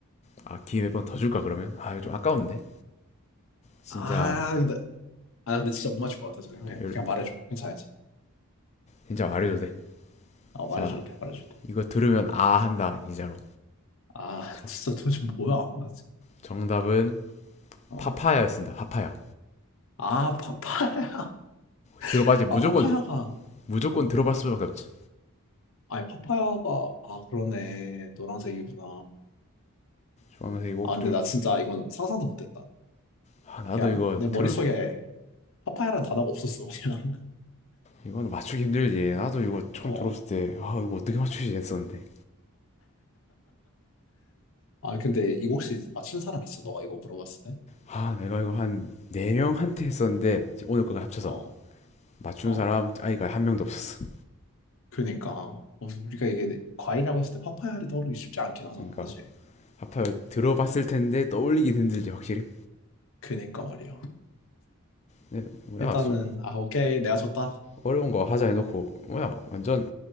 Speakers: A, on the left; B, on the left.
A: 아 기회 몇 번 더 줄까 그러면 아 이거 좀 아까운데 진짜
B: 아, 근데, 아, 근데 진짜 못 맞출 것 같아서 그냥,
A: 네, 열대
B: 그냥 말해줘. 괜찮아, 괜찮아.
A: 진짜 말해도 돼.
B: 어, 말해줘도
A: 자
B: 돼, 말해줘도 돼.
A: 이거 들으면 아 한다 진짜로.
B: 아,
A: 저
B: 진짜 도대체 뭐야? 나 진짜-
A: 정답은
B: 어.
A: 파파야였습니다. 파파야
B: 아, 파파야. <laughs>
A: 들어봐야지 무조건
B: 아, 파파야가.
A: 무조건 들어볼 수밖에 없지.
B: 아니, 파파야가. 아, 그러네. 노란색이구나.
A: 좋아하면서 이거
B: 아, 근데
A: 좀
B: 나 진짜 이건 상상도 못했다.
A: 아, 나도
B: 그냥
A: 이거
B: 내 머릿속에
A: 들었
B: 파파야라는 단어가 없었어, 그냥. <laughs>
A: 이거 맞추기 힘들지 나도 이거 처음
B: 어.
A: 들었을 때 아 이거 어떻게 맞추지 했었는데
B: 아, 근데 이거 혹시 맞춘 사람 있어? 너가 이거 물어봤을 때?
A: 아 내가 이거 한 네명한테 했었는데 오늘 거가 합쳐서
B: 어,
A: 맞춘
B: 어.
A: 사람 아이가 한 명도 없었어
B: 그니까 어, 우리가 이게 과일이라고 했을 때 파파야를 떠오르기 쉽지 않긴 하잖아
A: 그러니까
B: 사실
A: 아파요 들어봤을 텐데 떠올리기 힘들지 확실히
B: 그니까 말이야
A: 네, 뭐야
B: 일단은
A: 수,
B: 아 오케이 내가 졌다
A: 어려운 거 하자 해놓고 뭐야 완전